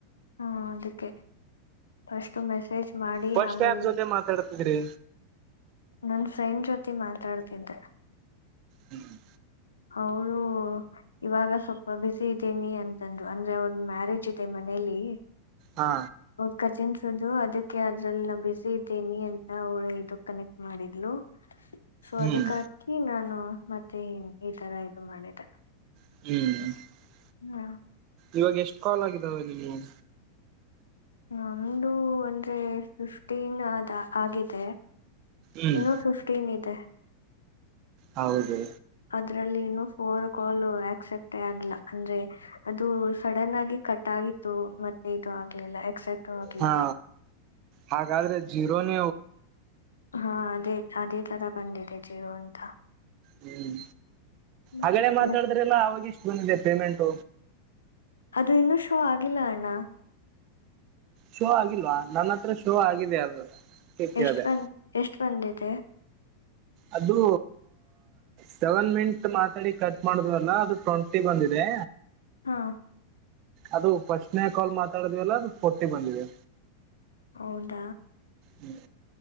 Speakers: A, on the left; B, on the right.
A: ಹ್ಮ ಅದಕ್ಕೆ ಸ್ು ಮೆಸೇಜ್ ಮಾಡಿ
B: ಫಸ್ಟ್
A: ಆಮೇಲೆ
B: ಯಾರ್ ಜೊತೆ ಮಾತಾಡ್ತಿದ್ರಿ
A: ನನ್ ಫ್ರೆಂಡ್ ಜ್ಯೋತಿ ಮಾತಾಡ್ತಿದ್ದೆ
B: ಹ್ಮ್
A: ಅವೌಳ ಇವಾಗ ಸ್ವಲ್ಪ ಬಿಸಿ ಇದ್ದೇನಿ ಅಂತಂದ್ರು ಅಂದ್ರೆ ಅವ್ರದ ಮ್ಯಾರೇಜ್ ಇದೆ ಮನೇಲಿ
B: ಹಾ
A: ಹ ಕಜಿನ್ಸ್ ಅದಕ್ಕೆ ಅದ್ರಲ್ಲಿ ನಾ ಬಿಸಿ ಇದ್ದೇನಿ ಅಂತ ಅವಳು ಇದು ಕನೆಕ್ಟ್ ಮಾಡಿದ್ಲು ಸೊ
B: ಹ್ಮ್
A: ಅದಕ್ಕಕಿ ನಾನು ಮತ್ತೆ ಈತರ ಇದು ಮಾಡಿದೆ
B: ಹ್ಮ್
A: ಹ್ಮ
B: ಇವಾಗ ಎಷ್ಟು ಕಾಲ್ ಆಗಿದಾವ ಹ
A: ನಮ್ದು ಅಂದ್ರೆ ಫಿಫ್ಟೀನ್ ಆಗಿದೆ
B: ಹ್ಮ್
A: ಇನ್ನುೂ ಫಿಫ್ಟೀನ್ ಇದೆ
B: ಹೌದು
A: ಅದ್ರಲ್ಲಿ ಇನ್ನು ಫೋರ್ ಕಾಲ್ ಆಕ್ಸೆಪ್ಟೇ ಆಗ್ಲ ಅಂದ್ರೆ ಅದು ಸಡನ್ ಆಗಿ ಕಟ್ ಆಗಿತ್ತು ಮತ್ತೆ ಇದು ಆಗ್ಲಿಲ್ಲ ಆಕ್ಸೆಪ್ಟ್ ಆಗ್ಲಿಲ್ಲ
B: ಹಾ ಹಾಗಾದ್ರೆ ಜೀರೋನ
A: ಹಾ ಅದೇ ಅದೇ ತರ ಬಂದಿದೆ ಜೀರೋ ಅಂತ
B: ಹ್ಮ್
A: ಹ್ಮ್.
B: ಅದನ್ನೇ ಮಾತಾಡಿದ್ರೆಲ್ಲ
A: ಮತ್
B: ಅವಗೆ ದೆ ಪೇಮೆಂಟ್
A: ಅದು ಇನ್ನೂ ಶೋ ಆಗಿಲ್ಲ ಅಣ್ಣ
B: ಶೋ ಆಗಿಲ್ವಾ ನನ್ನ ಹತ್ರ ಶೋ ಆಗಿದೆ ಅದು ಕೇಳಿದೆ
A: ಎಷ್ಟ ಬಂದ ಎಷ್ಟು ಬಂದಿದೆ
B: ಅದು ಸೆವೆನ್ ಮಿಟ್ ಮಾತಾಡಿ ಕಟ್ ಮಾಡುದ್ವಲ್ಲ ಅದು ಟ್ವೆಂಟಿ ಬಂದಿದೆ
A: ಹಾ
B: ಅದು ಫಸ್ಟ್ನೇ ಕಾಲ್ ಮಾತ್ರ ಲ್ಲ ಫೋರ್ಟಿ ಬಂದಿವಿದೆ
A: ಹೌದ
B: ಹ್ಮ್